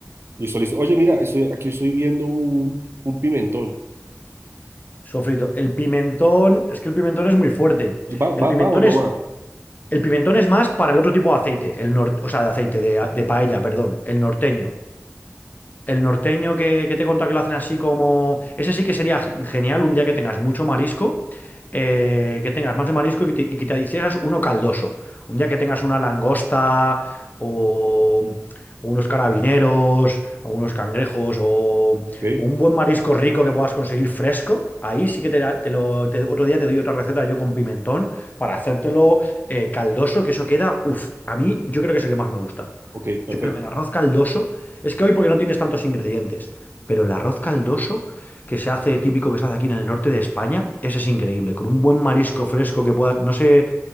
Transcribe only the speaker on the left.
Sofrito. El pimentón, es que el pimentón es muy fuerte.
El
pimentón
es,
el pimentón es más para el otro tipo de aceite, el nor- o sea, de aceite de, de paella, perdón, el norteño. El norteño que, que te he contado que lo hacen así como... Ese sí que sería g- genial un día que tengas mucho marisco, eh, que tengas más de marisco y que, te, y que te hicieras uno caldoso. Un día que tengas una langosta o, o unos carabineros, o unos cangrejos o,
o un buen marisco rico que puedas conseguir fresco. Ahí sí que te, da- te lo... te- otro día te doy otra receta yo con pimentón para hacértelo eh, caldoso, que eso queda... Uf, a mí yo creo que es el que más me gusta.
Yo creo que el arroz caldoso, es que hoy porque no tienes tantos ingredientes, pero el arroz caldoso que se hace típico que se hace aquí en el norte de España, ese es increíble, con un buen marisco fresco que puedas, no sé,